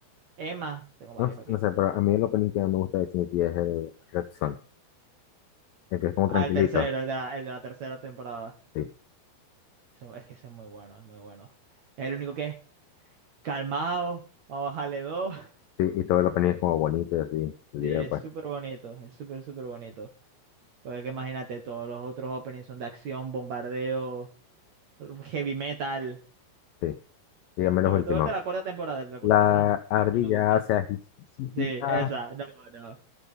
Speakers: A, on the right; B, on the left.
A: Emma. Tengo varios
B: No,
A: aquí.
B: no sé, pero a mí el opening que más me gusta de Shingeki es el Red Son, el que es como
A: Ah,
B: tranquilito,
A: el tercero, el de la, el de la tercera temporada.
B: sí,
A: Ese- Es que ese es muy bueno, es muy bueno. Es el único que es. calmado, vamos a bajarle dos. <laughs>
B: sí, y todo el opening es como bonito y así, el
A: Sí,
B: video,
A: es
B: pues,
A: súper bonito, es súper, súper bonito. Porque que imagínate, todos los otros openings son de acción, bombardeo, heavy metal.
B: sí. Dígame
A: Sobre
B: los últimos.
A: todo el de la cuarta temporada, el de la cuarta
B: La
A: temporada a mí
B: ardilla
A: no me gusta.
B: se ajijijija.
A: Sí, esa, no, no,